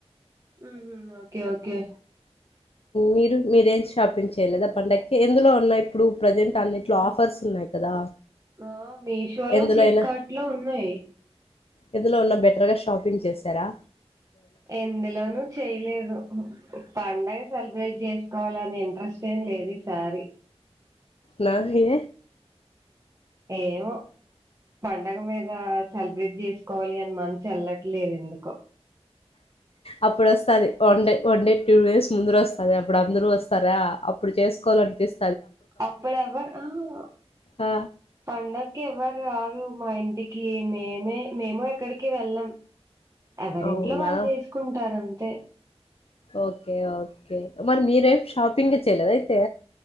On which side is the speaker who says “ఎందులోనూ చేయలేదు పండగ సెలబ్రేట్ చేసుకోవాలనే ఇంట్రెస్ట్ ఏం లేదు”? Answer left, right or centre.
Right